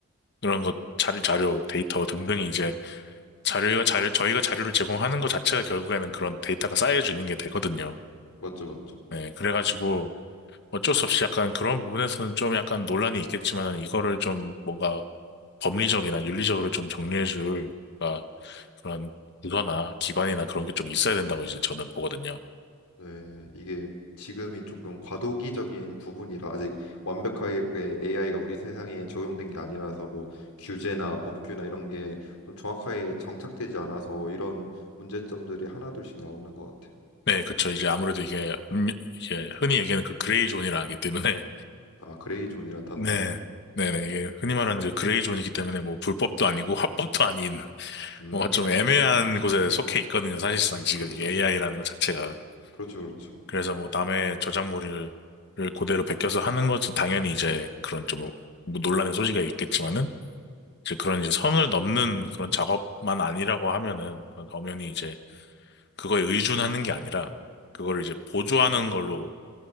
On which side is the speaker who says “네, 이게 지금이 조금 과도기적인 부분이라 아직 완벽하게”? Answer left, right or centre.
Left